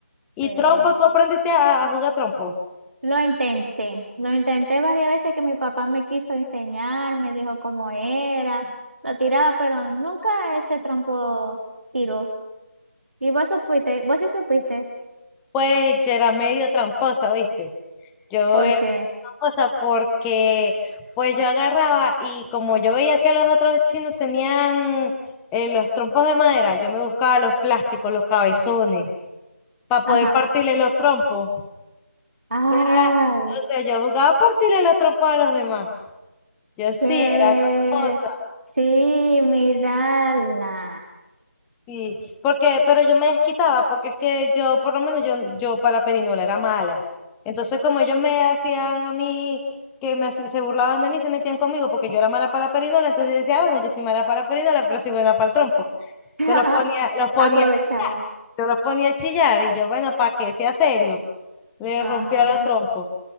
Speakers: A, in the centre; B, on the right.
A: ¿Y
B: Sí.
A: trompo? ¿Tú aprendiste a, a jugar trompo?
B: Lo intenté, lo intenté varias veces que mi papá me quiso enseñar, me dijo cómo era, la tiraba, pero nunca ese trompo tiró. Y vos supiste, vos sí supiste,
A: Pues yo era medio tramposa, ¿viste? Yo
B: porque,
A: era medio tramposa porque pues yo agarraba y como yo veía que los otros chinos tenían eh, los trompos de madera, yo me buscaba los plásticos, los cabezones, para
B: ajá,
A: poder partirle los trompos.
B: ay,
A: Eso era, o sea, yo jugaba a partirle los trompos a los demás. Yo sí
B: que
A: era tramposa.
B: sí, mirala.
A: Sí, porque, pero yo me desquitaba, porque es que yo, por lo menos yo, yo para Perinola era mala. Entonces, como ellos me hacían a mí, que me hacían- se burlaban de mí, se metían conmigo, porque yo era mala para Perinola, entonces yo decía, "Ah, bueno, yo soy mala para Perinola, pero soy buena para el trompo.
B: <laughs>
A: Entonces
B: Ajá,
A: los ponía, los ponía
B: aprovechaba,
A: a chillar, yo los ponía a chillar, y yo, bueno, para que sea serio, le
B: Ajá,
A: rompía los trompos.